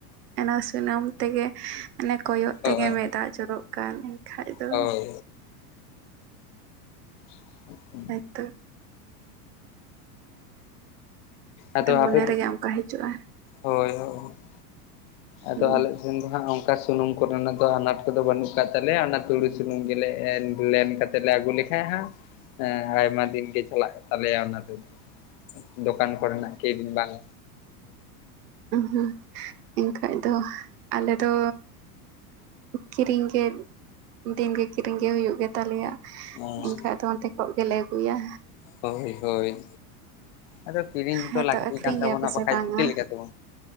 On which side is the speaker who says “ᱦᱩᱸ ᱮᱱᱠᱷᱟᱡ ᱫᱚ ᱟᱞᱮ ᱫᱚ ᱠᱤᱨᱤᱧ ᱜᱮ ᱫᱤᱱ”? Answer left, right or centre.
Right